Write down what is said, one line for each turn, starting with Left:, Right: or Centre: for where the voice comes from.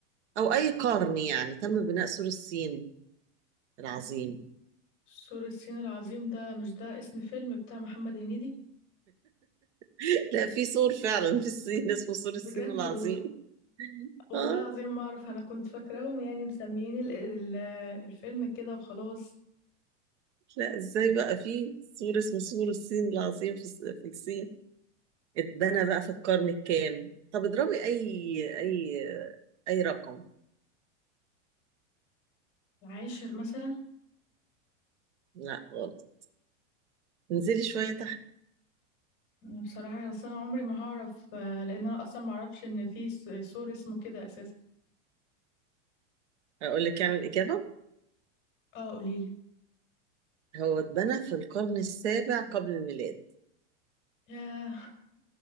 Right: او اي قرن يعني تم بناء سور الصين العظيم
Left: سور الصين العظيم ده مش ده اسم فيلم بتاع محمد هنيدي
Right: <laughs> لا في سور فعلا في الصين اسمه سور
Left: بجد
Right: الصين العظيم
Left: والله
Right: <laughs>
Left: والله
Right: اه
Left: العظيم ما اعرف انا كنت فاكراهم يعني مسميين ال- ال- الفيلم كده وخلاص
Right: لا ازاي بقى في سور اسمه سور الصين العظيم في الص- في الصين اتبنى
Left: لا
Right: بقى في القرن الكام طب اضربي اي اي آه، اي رقم
Left: العاشر مثلا
Right: لا غلط انزلي شوية
Left: انا بصراحة اصل انا عمري ما هعرف آه، لان انا اصلا ما اعرفش ان في س- سور اسمه كده اساسا
Right: أقول لك يعني الإجابة
Left: اه قوليلي
Right: هو اتبنى في القرن السابع قبل الميلاد
Left: ياه